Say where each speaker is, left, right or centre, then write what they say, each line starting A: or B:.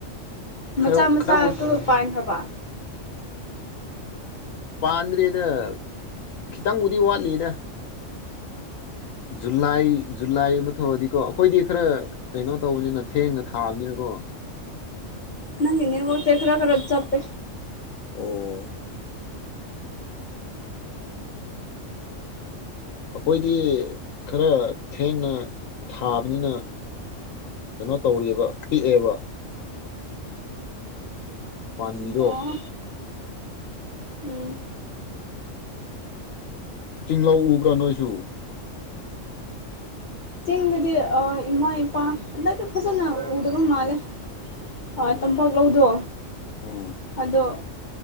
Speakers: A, on the left; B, on the left.
A: ꯈꯔ
B: ꯃꯆꯥ ꯃꯆꯥ
A: ꯈꯔꯕꯨ
B: ꯑꯗꯨ ꯄꯥꯟꯈ꯭ꯔꯕ
A: ꯄꯥꯟꯗ꯭ꯔꯤꯗ ꯈꯤꯇꯪꯕꯨꯗꯤ ꯋꯥꯠꯂꯤꯗ ꯖꯨꯂꯥꯏ ꯖꯨꯂꯥꯏ ꯑꯃ ꯊꯧꯔꯗꯤꯀꯣ ꯑꯩꯈꯣꯏꯗꯤ ꯈꯔ ꯀꯩꯅꯣ ꯇꯧꯕꯅꯤꯅ ꯊꯦꯡꯅ ꯊꯥꯕꯅꯤꯅꯀꯣ
B: ꯅꯪꯒꯤ ꯅꯦꯠꯋꯥꯛꯁꯦ ꯈꯔ ꯈꯔ ꯆꯥꯞꯄꯦ
A: ꯑꯣ ꯑꯩꯈꯣꯏꯗꯤ ꯈꯔ ꯊꯦꯡꯅ ꯊꯥꯕꯅꯤꯅ ꯀꯩꯅꯣ ꯇꯧꯔꯤꯕ ꯄꯤꯛꯑꯦꯕ ꯄꯥꯝꯃꯤꯔꯣ
B: ꯑꯣ ꯎꯝ
A: ꯇꯤꯡꯂꯧ ꯎꯕ꯭ꯔꯥ ꯅꯣꯏꯁꯨ
B: ꯆꯤꯡꯗꯗꯤ ꯑ ꯏꯃꯥ ꯏꯄꯥ ꯍꯥꯟꯗꯥꯛꯇꯤ ꯐꯖꯅ ꯎꯗꯕ ꯃꯥꯂꯦ ꯍꯣꯏ
A: ꯑꯣ
B: ꯇꯨꯝ ꯇꯥꯝꯄꯥꯛꯂꯧꯗꯣ
A: ꯎꯝ
B: ꯑꯗꯣ